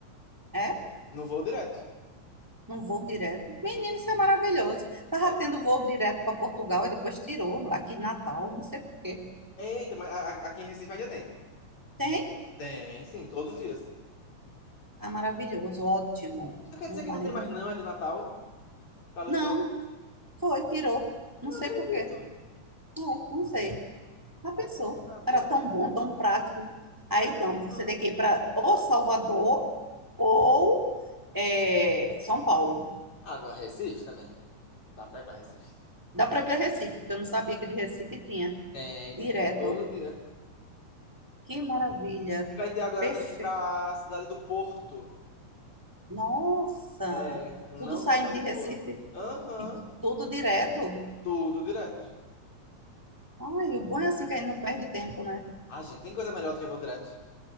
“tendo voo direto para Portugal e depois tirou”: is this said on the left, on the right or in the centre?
Centre